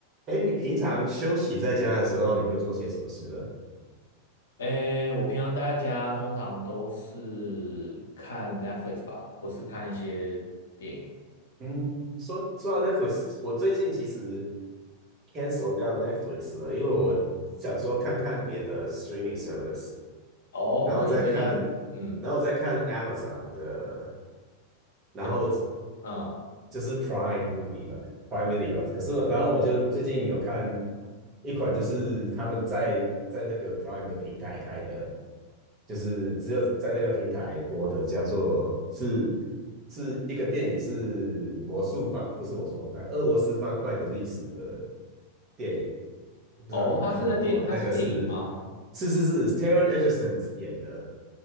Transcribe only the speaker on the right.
哎，你平常休息在家的时候，你会做些什么事呢？
嗯，说说到 Netflix，我最近其实 cancel 掉 Netflix 了，因为我想说看看别的 streaming service，
然后再看，
然后再看 Amazon 的，然后
就是 Prime Movie 吧，Prime Video。可是，然后我就最近有看一款，就是他们在在那个 Prime 的平台开的，就是只有在那个平台播的，叫做是是一个电影，是魔术方，不是魔术方块，俄罗斯方块的历史的电影，我不知道你有没有看过啊？
那个是是是是 Taron Egerton 演的，